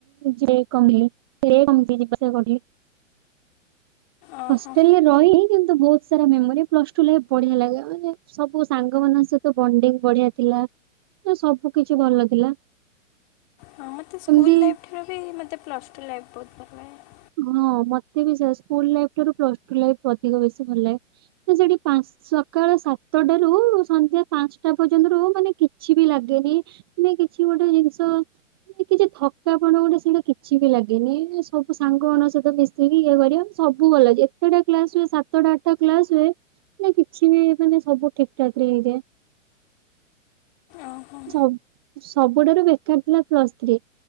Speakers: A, on the right; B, on the left.
A: ଯେ କମିଲିରେ କମିି ଯିବାସିବା କରିଲି।
B: ଓହୋ।
A: ହଷ୍ଟ୍ରେଲରେ ରହି କିନ୍ତୁ ବହୁତ ସାରା ମେମୋରି ପ୍ଲସ ଟୁ ରେ ବଢିଆ ଲାଗିଅ ମାନେ ସବୁ ସାଙ୍ଗ ମାନଙ୍କ ସହିତ ବଣ୍ଡିଙ୍ଗ ବଢିଆ ଥିଲା ସବୁ କିଛି ଭଲ ଥିଲା।
B: ହଁ ମୋତେ ସ୍କୁଲ
A: ଏମିତି
B: ଲାଇଫ୍ ଠାରୁ ବି ମୋତେ ପ୍ଲସ୍ ଟୁ ଲାଇଫ୍ ବହୁତ ଭଲ ଲାଗେ।
A: ହଁ ମତେ ବି ସେୟା ସ୍କୁଲ ଲାଇଫ ଠାରୁ ପ୍ଲସ ଟୁ ଲାଇଫ ଅଧିକ ବେସି ଭଲ ଲାଗେ ତ ସେଠି ପନ୍ସ୍ ସକାଳ ସାତଟାରୁ ସନ୍ଧ୍ୟା ପାଞ୍ଚଟା ପର୍ଯ୍ୟନ୍ତରୁ ମାନେ କିଛି ବି ଲାଗେନି ମାନେ କିଛି ଗୋଟେ ଜିନିଷ କିଛି ଥକାପଣ ଗୋଟେ ସେଇଟା କିଛି ବି ଲାଗେନି ସବ୍ ସାଙ୍ଗ ନଙ୍କ ସହିତ ମିଶିକି ଇଏ କରିଅ ସବୁ ଭଲ ଲାଗିଅ ଯେତେଟା କ୍ଲାସ ହୁଏ ସାତଟା ଆଠଟା କ୍ଲାସ ହୁଏ ନା କିଛି ବି ମାନେ ସବୁ ଠିକଠାକ ରେ ହେଇଯାଏ।
B: ଓହୋ
A: ସବ୍ ସବୁଠାରୁ ବେକାର ଥିଲା ପ୍ଲସ୍ ଥ୍ରୀ।